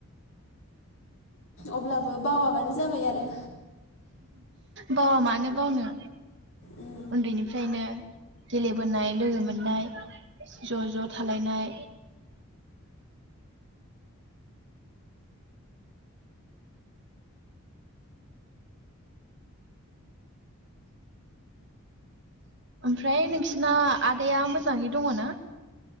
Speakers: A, on the left; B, on the right.
A: अब्लाबो बावाबानो जाबाय आरो
B: बावा मानो बावनो
A: उम
B: उन्दैनिफ्रायनो गेलेबोनाय लोगो मोननाय ज' ज' थालायनाय ओमफ्राय नोंसिना आदाया मोजाङै दङ ना